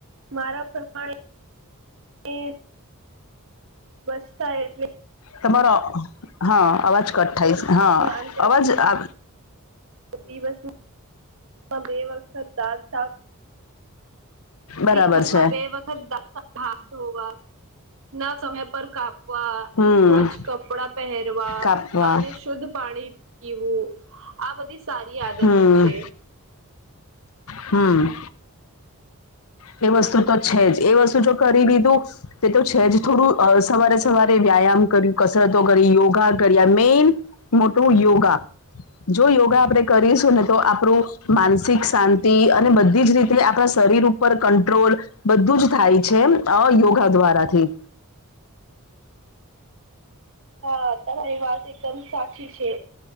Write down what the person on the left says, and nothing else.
તમારો હા અવાજ કઠ્ઠઇશ
હા
અવાજ આ
બરાબર
છે
હમ
કાપવા
હમ
હમ એ વસ્તુ તો છે જ એ વસ્તુ જો કરી દીધું તે તો છે જ થોડું સવારે સવારે વ્યાયામ કર્યું કસરતો કરી યોગા કર્યા મેન મોટું યોગા જો યોગા આપણે કરીશું ને તો આપણું માનસિક શાંતિ અને બધી જ રીતે આપણા શરીર પર કંટ્રોલ બધું જ થાય છે યોગા દ્વારાથી